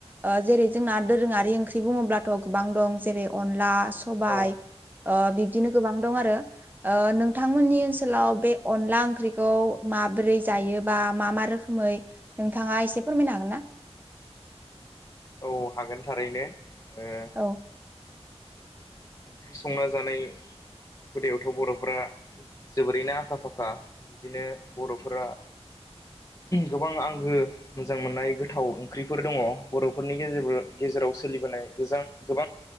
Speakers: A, on the right; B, on the left.
A: ओ जेरै जोंना दोरोङारि ओंख्रि बुङोब्लाथ' गोबां दं जेरै अनला सबाय
B: औ
A: ओ बिब्दिनो गोबां दं आरो नोंथांमोननि ओनसोलाव बे अनला ओंख्रिखौ माबोरै जायोबा मा मा रोखोमै नोंथाङा एसे फोरमायनो हागोन ना?
B: औ हागोन थारैनो ओ
A: औ
B: ओंख्रि संना जानाय हुदायावथ' बर'फोरा जोबोरैनो आखा फाखा बिदिनो बर'फोरा गोबां आंगो मोजां मोननाय गोथाव ओंख्रिफोर दङ बर'फोरनि गेजेर गेजेराव सोलिबोनाय गोजां गोबां